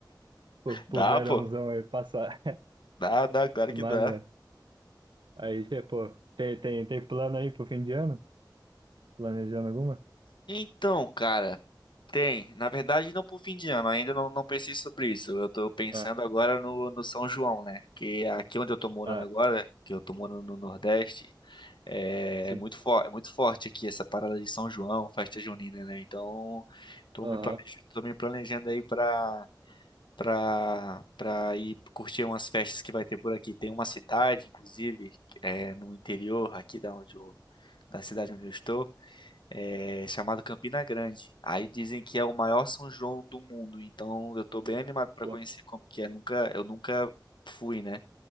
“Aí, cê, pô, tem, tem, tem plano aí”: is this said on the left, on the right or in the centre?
Right